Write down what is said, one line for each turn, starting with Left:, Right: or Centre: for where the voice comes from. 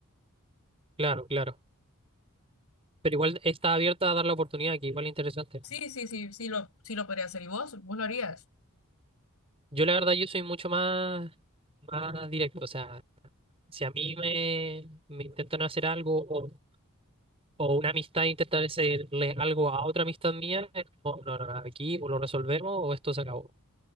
Right: claro, claro. Pero igual está abierta a dar la oportunidad, que igual es interesante.
Left: Sí, sí, sí, sí lo, sí lo podría hacer. ¿Y vos? ¿Vos lo harías?
Right: Yo la verdad, yo soy mucho más, más directo. O sea, si a mí me, me intentan hacer algo o, o una amistad intenta hacerle algo a otra amistad mía, es como, no, no, no, aquí o lo resolvemos o esto se acabó.